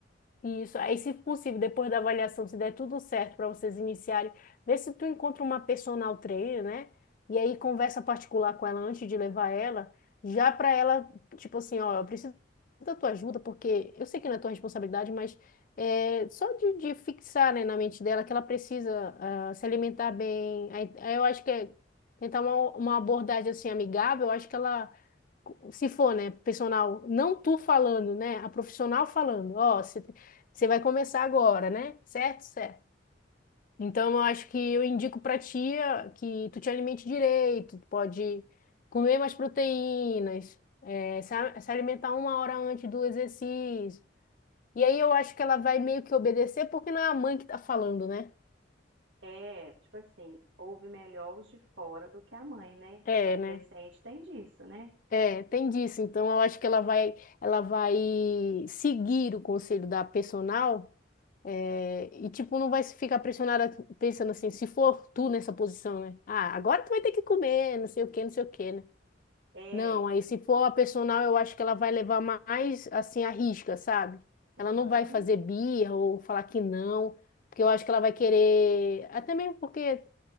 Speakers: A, on the left; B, on the right.
A: Isso. Aí, se possível, depois da avaliação, se der tudo certo para vocês iniciarem, vê se tu encontra uma personal trainer, né? E aí conversa particular com ela antes de levar ela, já para ela, tipo assim, ó, eu preciso da tua ajuda, porque eu sei que não é tua responsabilidade, mas é só de, de fixar, né, na mente dela que ela precisa ah, se alimentar bem. Aí, aí eu acho que é tentar uma, uma abordagem assim amigável, eu acho que ela se for, né, personal, não tu falando, né, a profissional falando, ó, você você vai começar agora, né? Certo? Certo. Então eu acho que eu indico pra tia que tu te alimente direito, tu pode comer mais proteínas, é, se, a- se alimentar uma hora antes do exercício. E aí eu acho que ela vai meio que obedecer porque não é a mãe que tá falando, né?
B: É, tipo assim, ouve melhor os de fora do que a mãe, né?
A: É,
B: Adolescente
A: né?
B: tem disso, né?
A: É, tem disso. Então eu acho que ela vai, ela vai seguir o conselho da personal É, e, tipo, não vai se ficar pressionada pensando assim, se for tu nessa posição, né? Ah, agora tu vai ter que comer, não sei o que, não sei o que, né?
B: É,
A: Não,
B: tipo
A: aí
B: assim.
A: se for a personal, eu acho que ela vai levar mais, assim, a risca, sabe?
B: Uhum,
A: Ela não vai fazer birra ou falar que não, porque eu acho que ela vai querer, até mesmo porque